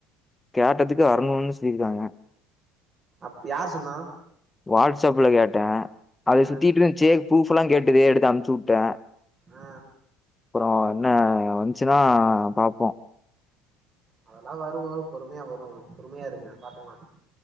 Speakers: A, on the left; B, on the right.
A: கேட்டதுக்கு வரனோன்னு சொல்லியிருக்காங்க
B: அப் யார் சொன்னா
A: வாட்ஸ்அப்ல கேட்ட அது
B: ஆ
A: சுத்திட்டு இருந்ச்சு ஃப்ரூப்பல்லா கேட்டுது எடுத்து அமுச்சுவுட்ட
B: அ
A: அப்றோ என்ன வந்ச்சுன்னா பாப்போ
B: அதெல்லா வரு வரு பொறுமையா வரு பொறுமையா இருங்க பாத்துக்கலா